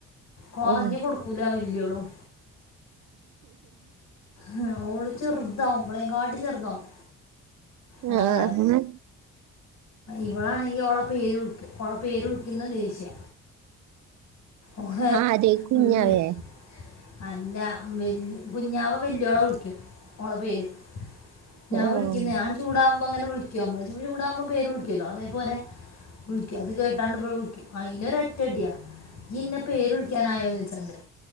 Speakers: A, on the left; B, on the right.
A: കുറഞ്ഞു
B: ഉം
A: കൊടുക്കൂല വലിയോളും ഉം ഓള് ചെറുതാവും ഇവളെയും കാട്ടി ചെറുതാവും അതാണ്ടാല്
B: ആഹ് ആഹ്
A: ഇവളാണെങ്കി ഓള പേര് വിളിക്കും ഓള പേരുളിക്കുന്ന ദേഷ്യ ഓളെ
B: ആര് കുഞ്ഞാവേ
A: <unintelligible> അല്ല വൽ കുഞ്ഞാവ വല്യോള വിളിക്കും ഓള പേര് ഞാൻ
B: ആഹ്
A: വിളിക്കുന്ന ഞാ ചൂടകുമ്പോ അങ്ങനെ വിളിക്കും നമ്മള് ചൂടകുമ്പോ പേര് വിളിക്കല്ലോ അതേപോലെ വിളിക്കും അത് കേട്ടാണ്ട് ഇവളെവിക്കും അയിനൊരോറ്റടിയാ ഇയ്യ് ഇന്നെ പേരു വിളിക്കാൻ ആയോ ന്നൊ യിച്ചാട്ട്